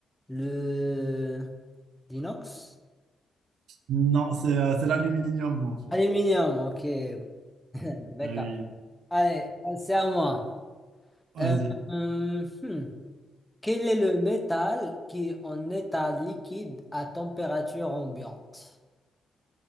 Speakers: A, in the centre; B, on the right.
A: Le... L'inox?
B: Non, c'est euh, c'est l'aluminium en fait.
A: Aluminium, ok. <laughs> D'accord.
B: Ah oui,
A: Allez, c'est à moi.
B: vas-y.
A: Euh, hum, hmm. Quel est le métal qui est en état liquide à température ambiante?